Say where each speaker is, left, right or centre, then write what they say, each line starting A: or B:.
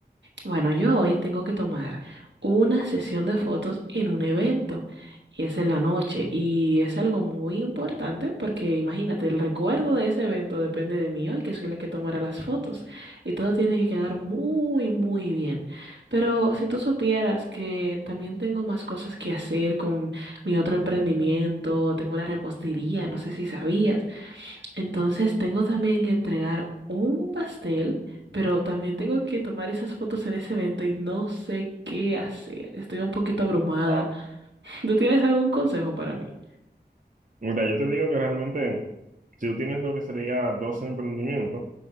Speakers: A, on the right; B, on the right.
A: Bueno, yo hoy tengo que tomar una sesión de fotos en un evento y es en la noche y es algo muy importante porque imagínate, el recuerdo de ese evento depende de mí hoy, que soy la que tomará las fotos y todo tiene que quedar muy, muy bien. Pero si tú supieras que también tengo más cosas que hacer con mi otro emprendimiento, tengo una repostería, no sé si sabías, entonces tengo también que entregar un pastel, pero también tengo que tomar esas fotos en ese evento y no sé qué hacer. Estoy un poquito abrumada.
B: Ah,
A: <laughs> ¿Tú tienes algún consejo para mí?
B: Mira, yo te digo que realmente, si tú tienes lo que sería dos emprendimientos,